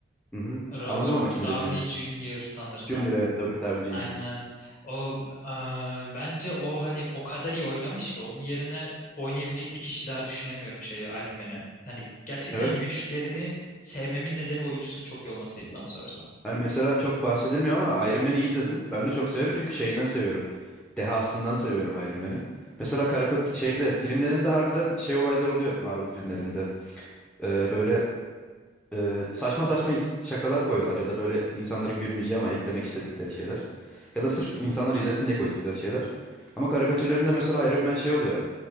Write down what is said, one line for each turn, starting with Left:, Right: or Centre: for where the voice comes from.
Centre: Hı hı.
Left: Robert
Centre: Anladım ama kim
Left: Downey
Centre: dediğini.
Left: Jr. sanırsam.
Centre: Junior evet Robert Downey Junior.
Left: Aynen. O e, bence o hani o kadar iyi oynamış ki onun yerine oynayabilecek bir kişi daha düşünemiyorum şeyi Iron Man'i. Hani gerçekten
Centre: Evet.
Left: güçlerini sevmemin nedeni oyuncusunun çok iyi olmasıydı bana sorarsan.
Centre: Hani mesela çok bahsedilmiyor ama Iron Man'i iyi dedin. Ben de çok severim
Left: Hı
Centre: çünkü
Left: hı.
Centre: şeyden seviyorum. Dehasından seviyorum Iron Man'i. Mesela
Left: Hı hı.
Centre: Karakut şeyde filmlerinde harbiden şey olaylar oluyor Marvel filmlerinde. Ee, böyle e, saçma saçma hik- şakalar koyuyorlar ya da böyle insanların gülmeyeceği ama eklemek istedikleri şeyler. Ya da sırf insanlar izlesin diye koydukları şeyler. Ama karikatürlerinde mesela Iron Man şey oluyor.